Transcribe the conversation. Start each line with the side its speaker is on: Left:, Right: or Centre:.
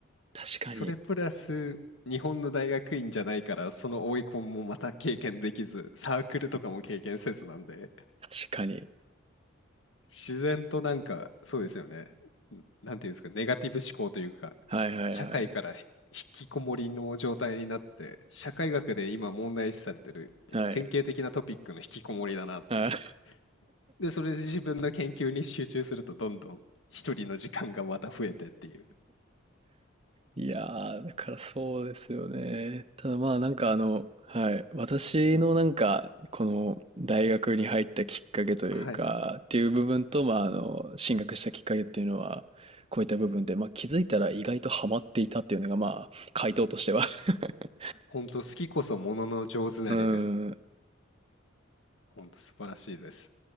Right: 確かに。
Left: それプラス日本の大学院じゃないから、その追いコンもまた経験できず、サークルとかも経験せずなんで、
Right: 確かに。
Left: 自然となんか、そうですよね。んなんていうんですか、ネガティブ思考というか、
Right: はいはいはい。
Left: し社会からひ引きこもりの状態になって、社会学で今問題視されてる典型的なトピックの引きこもりだなっていう。
Right: はい。はい。
Left: で、それで自分の研究に集中すると、どんどん一人の時間がまた増えてっていう。
Right: いやー、だからそうですよね。ただまあなんかあの、はい。私のなんか、この大学に入ったきっかけというか、
Left: はい。
Right: っていう部分と、まああの、進学したきっかけっていうのは、こういった部分で、まあ気づいたら意外とハマっていたっていうのが、まあ、回答としては <laughs>
Left: 本当好きこそものの上手なれです。
Right: うん。
Left: 本当素晴らしいです。